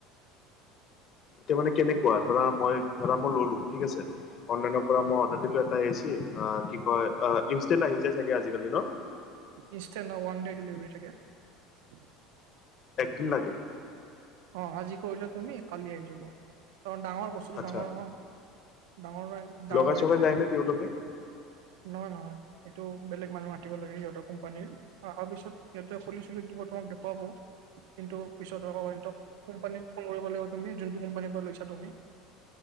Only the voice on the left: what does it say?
এতিয়া মানে কেনেকুৱা ধৰা মই ধৰা মই ললো ঠিক আছে অনলাইনৰ পৰা মই অৰ্ডাৰ দিলো এ এছি অ কি কয় আহ ইনষ্টেণ্ট আহি যায় চাগে আজিকাল দিন
একদিন লাগে
আচ্ছা
লগাই
চগাই
যায় নে তেওঁলোকে